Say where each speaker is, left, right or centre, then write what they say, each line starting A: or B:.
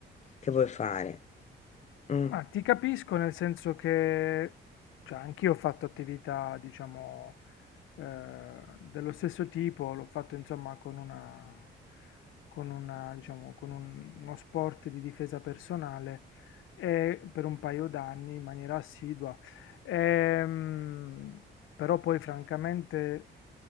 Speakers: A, on the left; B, on the left.
A: che vuoi fare? Mm.
B: Ma ti capisco nel senso che, cioè, anch'io ho fatto attività, diciamo, eh, dello stesso tipo, l'ho fatto insomma con una, con una, diciamo, con un- uno sport di difesa personale e per un paio d'anni in maniera assidua. Ehm, però poi francamente,